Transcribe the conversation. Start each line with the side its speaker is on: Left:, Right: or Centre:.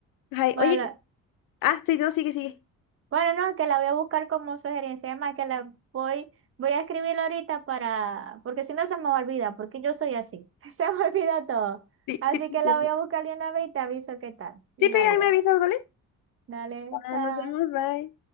Left: Ay,
Right: Bueno,
Left: oye,
Right: la-
Left: ah, sí, no, sigue, sigue.
Right: bueno, no, que la voy a buscar como sugerencia. Además, que la voy, voy a escribir ahorita para, porque si no se me olvida, porque yo soy así. <laughs> Se me olvida todo.
Left: Sí,
Right: Así
Left: sí, te
Right: que
Left: entiendo.
Right: la voy a buscar de una vez y te aviso qué tal. Y
Left: Sí,
Right: la
Left: pero
Right: veo.
Left: ahí me avisas, ¿vale?
Right: Dale,
Left: Ah,
Right: chao.
Left: nos vemos, bye.